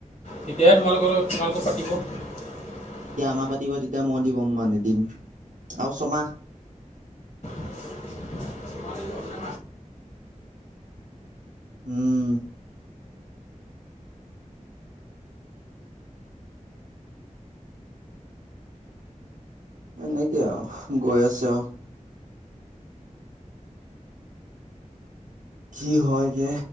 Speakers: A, on the left; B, on the right.
A: তেতিয়াহে তোমালোকৰ লগ তোমালোকক পাতিব
B: মাহ পাতিব তেতিয়া মই দিব মানে দিম আৰু ছমাহ
A: <unintelligible>
B: উম এনেকে আৰু গৈ আছে আৰু কি হয়গে?